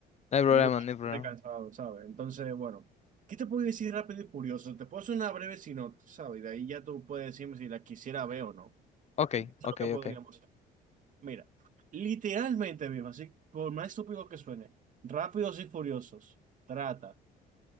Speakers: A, on the left; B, on the right.
A: No hay problema,
B: Llego bastante
A: no hay problema.
B: cansado, ¿sabes? Entonces, bueno, ¿qué te puedo decir rápido y furioso? Te puedo hacer una breve sinopsis, ¿sabes? Y de ahí ya tú puedes decirme si la quisiera ver o no.
A: Ok,
B: Eso es
A: ok,
B: lo que podríamos
A: ok.
B: hacer. Mira, literalmente mismo, así, por más estúpido que suene, Rápidos y Furiosos trata